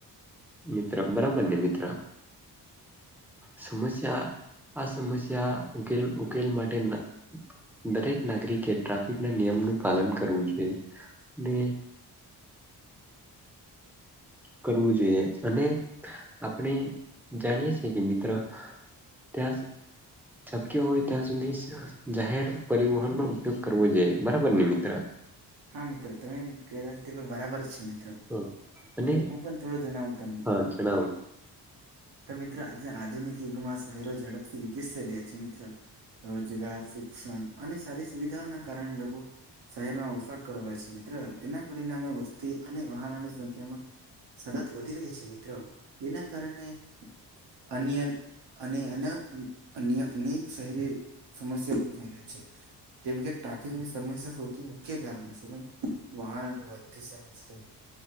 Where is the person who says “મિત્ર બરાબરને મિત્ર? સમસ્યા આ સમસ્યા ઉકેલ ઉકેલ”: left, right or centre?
Centre